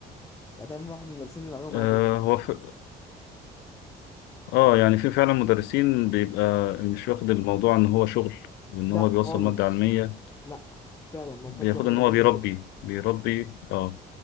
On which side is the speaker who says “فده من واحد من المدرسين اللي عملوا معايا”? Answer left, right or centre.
Left